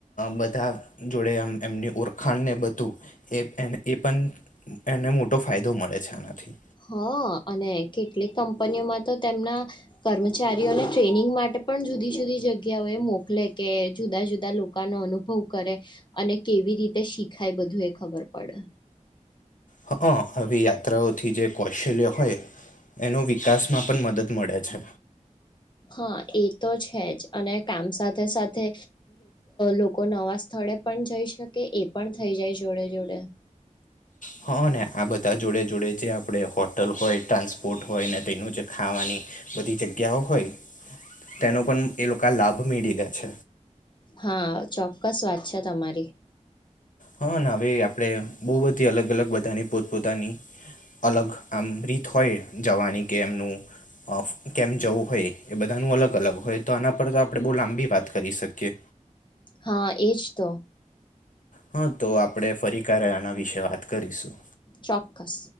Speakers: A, on the left (about 75°); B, on the left (about 35°).
A: બધા જોડે આમ એમની ઓળખાણને બધું એ એ પણ એ પણ એને મોટો ફાયદો મળે છે આનાથી
B: હા અને કેટલીક કંપનીઓમાં તો તેમના કર્મચારીઓને ટ્રેનિંગ માટે પણ જુદી જુદી જગ્યાઓ એ મોકલે કે જુદા જુદા લોકોનો અનુભવ કરે અને કેવી રીતે શીખાય બધું એ ખબર પડે
A: હ હવે <unintelligible> ઓથી જે કૌશલ્ય હોય એનો વિકાસમાં પણ મદદ મળે છે
B: હા એ તો છે જ અને કામ સાથે સાથે લોકો નવા સ્થળે પણ જઈ શકે એ પણ થઈ જાય જોડે જોડે
A: હા ને આ બધા જોડે જોડે જે આપણેે હો હોટલ હોય ટ્રાન્સપોર્ટ હોય ને તેનું જે ખાવાની બધી જગ્યાઓ હોય તેનો પણ એ લોકો લાભ મેળ લે છે
B: હા ચોક્કસ વાત છે તમારી
A: હા હવે આપડે બહુ બધી અલગ અલગ બધાની પોત પોતાની અલગ આમ રીત હોય જવાની કે એમનું કેમ જવું હોય એ બધાનું અલગ અલગ હોય તો આના પર તો આપણે બહુ લાંબી વાત કરી શકીએ
B: હા એજ તો
A: હા તો આપડે ફરી ક વિશે વાત કરીશું
B: ચોક્કસ